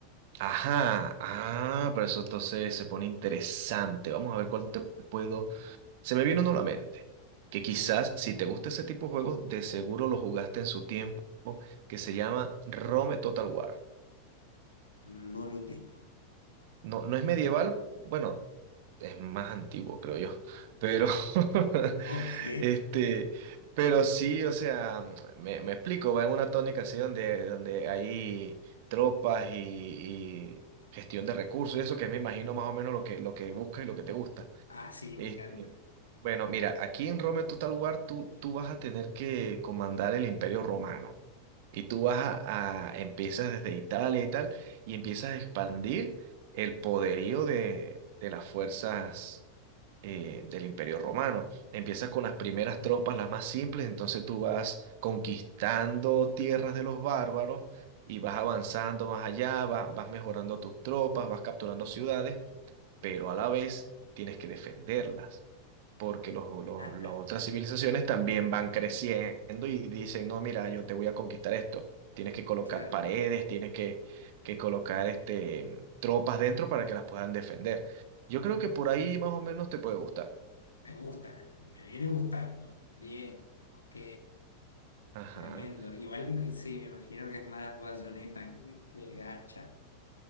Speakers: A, on the right; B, on the left.
A: Ajá. Ah, pero eso entonces se pone interesante. Vamos a ver cuál te puedo. Se me viene uno a la mente. que quizás
B: Ok,
A: si te gusta ese tipo de juegos, de seguro lo jugaste en su tiempo, que se llama Rome Total War.
B: no lo tengo.
A: No, no es medieval, bueno, es más antiguo, creo yo, pero <laughs>
B: Ok.
A: este, pero sí, o sea, me, me explico, va en una tónica así donde, donde hay tropas y, y gestión de recursos, y eso que me imagino más o menos lo que, lo que buscas y lo que te gusta.
B: Ah, sí,
A: Este,
B: me encanta.
A: bueno, mira, aquí en Roma, en Total War, tú, tú vas a tener que comandar el Imperio Romano. Y tú vas a, a- empiezas desde Italia y tal, y empiezas a expandir el poderío de, de las fuerzas eh, del Imperio Romano. Empiezas con las
B: Sí.
A: primeras tropas, las más simples, entonces tú vas conquistando tierras de los bárbaros y vas avanzando más allá, va- vas mejorando tus tropas, vas capturando ciudades, pero a la vez tienes que defenderlas porque los, los-
B: Ah,
A: las
B: ah,
A: otras civilizaciones también van creciendo y dicen, no, mira, yo te voy a conquistar esto. Tienes que colocar
B: claro.
A: paredes, tienes que, que colocar este, tropas dentro para que las puedan defender. Yo creo que por ahí más o menos te puede gustar.
B: Me gusta, me viene gustando. Bien, ok,
A: Ajá.
B: tremendo. Igual me- sí, me imagino que es más bayoneta que, que hacha,